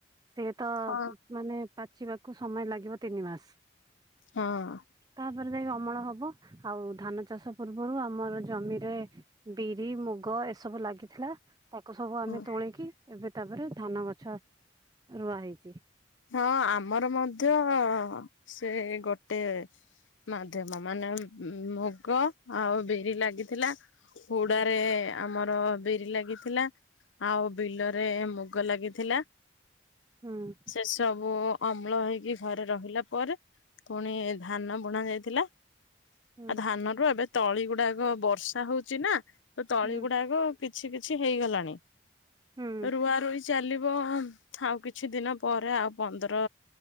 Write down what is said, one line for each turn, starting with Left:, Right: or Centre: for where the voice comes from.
Right: ସଏ ତ
Left: ହଁ।
Right: ଉଁ ମାନେ ପାଚିବାକୁ ସମୟ ଲାଗିବ ତିନି ମାସ୍।
Left: ହଁ।
Right: ତାପରେ ଯାଇକି ଅମଳ ହବ ଆଉ ଧାନ ଚାଷ ପୂର୍ବରୁ ଆମର ଜମିରେ ବିରି ମୁଗ ଏସବୁ ଲାଗିଥିଲା। କୁ ସବୁ ଆମେ
Left: ହଁ
Right: ତୋଳିକି ଏବେ ତାପରେ ଧାନ ଗଛ ରୁଆ ହେଇଛି।
Left: ହଁ ଆମର ମଧ୍ୟ ସେ ଗୋଟେ ମାଧ୍ୟମ ମାନେ ଉଁ ଉଁ ମୁଗ ଆଉ ବିରି ଲାଗିଥିଲା। ହୁଡ଼ାରେ ଆମର ବିରି ଲାଗିଥିଲା। ଆଉ ବିଲରେ ମୁଗ ଲାଗିଥିଲା।
Right: ହୁଁ।
Left: ସେ ସବୁ ଅମ୍ଳ ହେଇକି ଘରେ ରହିଲା ପରେ ପୁଣି ଧାନ ବୁଣା ଯାଇଥିଲା।
Right: ହୁଁ
Left: ଆ ଧାନ ରୁ ଏବେ ତଳି ଗୁଡ଼ାକ ବର୍ଷା ହଉଛି ନା ତ ତଳି
Right: ହୁଁ।
Left: ଗୁଡ଼ାକ କିଛି କିଛି ହେଇଗଲାଣି।
Right: ହୁଁ
Left: ରୁଆ ରୁଇ ଚାଲିବ ଆଉ କିଛି ଦିନ ପରେ ଆଉ ପନ୍ଦର